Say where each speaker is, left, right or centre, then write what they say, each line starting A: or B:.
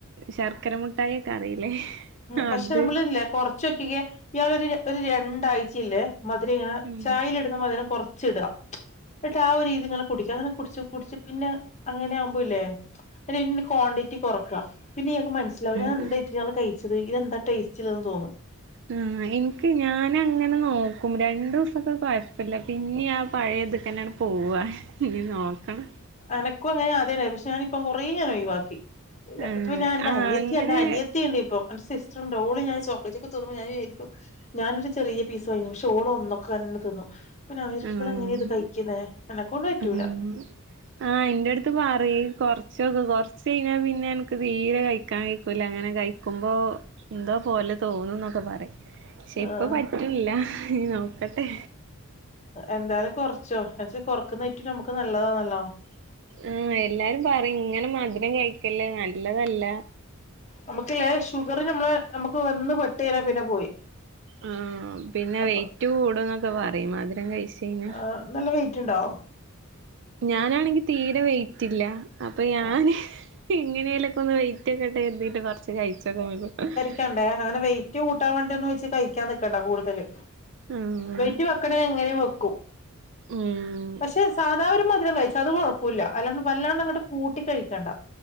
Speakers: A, on the right; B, on the left.
A: ശർക്കര മുട്ടായി ഒക്കെ അറിയില്ലേ
B: പക്ഷെ
A: അത്
B: നമ്മള് ഇല്ലെ കൊർച്ചൊ കെക്കെ ഇയാളൊരു ഒര് രണ്ടാഴ്ചയില്ലേ മധുരം ഇങ്ങനെ
A: ഉം
B: ചായൽട്ന്ന മധുരം കൊർച്ച് ഇട ന്നിട്ട് ആഹ് രീതിങ്ങനെ കുടിക്കാൻന്നെ കുട്ച്ച് കുട്ച്ച് പിന്നെ അങ്ങനെ ആവുമ്പോ ഇല്ലേ പിന്നെ <unintelligible> ക്വാണ്ടിറ്റി കൊറക്കാ പിന്നെ ഇയാക്ക് മനസിലാവു <unintelligible> ഞാൻ
A: ആഹ്
B: എന്ത ഇത്തിരി നാൾ കഴിച്ചത് ഇതിനെന്താടേസ്റ്റ് ഇത് തോന്നും
A: ഉം എൻക്ക് ഞാനങ്ങനെ നോക്കും രണ്ടു ദിവസൊക്കെ കൊഴപ്പല്ല പിന്നെ ആഹ് പഴയ ഇത്ക്കന്നെ പോവ ഇനി നോക്കണം
B: എനക്കുഅങ്ങനെ ആദ്യ ണ്ടായിനി പക്ഷെഞാന് ഇപ്പം കൊറെ ഒഴിവാക്കി ഇല്ല
A: ആഹ്
B: ഇപ്പൊ ഞാൻ എന്റെ
A: ആഹ്
B: അനിയത്തി
A: അങ്ങനെ
B: എന്റെ അനിയത്തിണ്ട് ഇപ്പൊ <unintelligible> ർണ്ട് ഓള് ങ്ങനെ ചോക്ലാറ്റ് ഒക്കെ തിന്നുമ്പോ ഞാൻ വിജാരിക്കും ഞാനൊരു ചെറിയ പീസ് <unintelligible> പക്ഷേഓള് ഒന്നൊക്കെ തന്നെ തിന്നും അപ്പ ഞാൻ വിജാരിക്കും
A: ആഹ്
B: ഇവളെ എങ്ങ ഇത് കഴിക്ക്ണേ എന്നെക്കൊണ്ട് പറ്റൂല
A: ആഹ് ആഹ് ഇന്റെ എട്ത്ത് പറയി കൊർച്ചൊക്കെ കൊർച്ച് കഴിഞ്ഞാ പിന്നെ ഇൻക്ക് തീരെ കഴിക്കാൻ കഴിക്കൂല അങ്ങനെ കഴി നോക്കുമ്പോൾ എന്തോ പോലെ തോന്നുന്നൊക്കെ പറിം ക്ഷെ
B: ആഹ്
A: ഇപ്പ പറ്റൂല്ല ഇഞ്ഞ്നോക്കട്ടെ
B: എന്താലും കൊർച്ചോ പക്ഷേ കൊർക്കുന്ന ഏറ്റവും നമക്ക് നല്ലതാണല്ലോ
A: ഉം എല്ലാരും പറയും ഇങ്ങനെ മധുരം കഴിക്കല്ലേ നല്ലതല്ലാ
B: നമുക്ക്ല്ലേ ഷുഗർ നമ്മളെ നമുക്ക് വന്ന് പെട്ടയിഞ്ഞാപിന്നെ പോയി
A: ഉം പിന്നെ
B: അപ്പൊ
A: വെയ്റ്റ് കൂടും ന്നൊക്കെ പറയും മധുരം കഴിച്ചയ്ഞ്ഞാ
B: ആഹ് നല്ല വെയിറ്റ്ണ്ടോ?
A: ഞാനാണെങ്കി തീരെ വെയ്റ്റ് ഇല്ല അപ്പൊ ഞാന്
B: ആഹ്
A: ഇങ്ങനെലൊക്കെ ഒന്ന് വെയ് കുറ്റിയക്കെട്ട് എന്തീട്ട് കൊർച്ച് കഴിച്ചൊക്കെ <unintelligible>
B: ക്കണ്ടേ അങ്ങനെ വെയ്റ്റ് കൂട്ടാൻ വേണ്ടിയെന്ന് വെച്ച് കഴിക്കാൻ നിക്കേണ്ടാ കൂടുതല്
A: ആഹ്
B: വെയ്റ്റ് വെക്ക്ണ എങ്ങനെയും വെക്കും
A: ഉം
B: പക്ഷെ സാധാ ഒരു മധരം കഴിച്ചു അത് കുഴപ്പല്ല അല്ലാന്ന് വല്ലാണ്ട് അങ്ങട്ട് കൂട്ടി കഴിക്കണ്ട